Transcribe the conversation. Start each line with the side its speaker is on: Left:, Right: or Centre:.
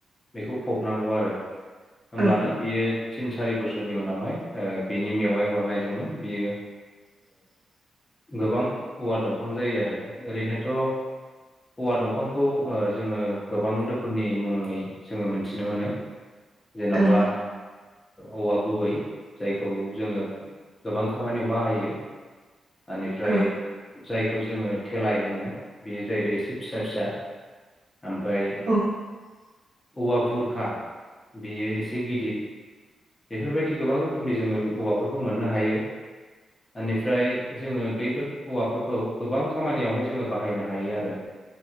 Left: बेखौ फबनांगौ आरो होमब्लानो
Right: औ
Left: बियो थिन सारि बोसोरनि उनावहाय बिनि मेवाय हरनायजोंनो बियो गोबां औवा दंफां जायो आरो ओरैनोथ' औवा दंफांखौ जोङो गोबां रोखोमनि मुङै जोङो मोनथिनो मोनो जेन'बा
Right: औ
Left: औव गुबै जायखौ जोङो गोबां खामानियाव बाहायो बेनिफ्राय
Right: औ
Left: जाय खौ जोङो थेलाय होनो बेयो जाहैबाय एसे फिसा फिसा ओमफ्राय
Right: औ
Left: औवा बुरखा बेयो एसे गिदिर बेफोरबायदि गोबां रोखोमनि जोङो औवाफोरखौ मोननो हायो बेनिफ्राय जोङो बैफोर औवाफोरखौ गोबां खामानियावहाय जोङो बाहायनो हायो आरो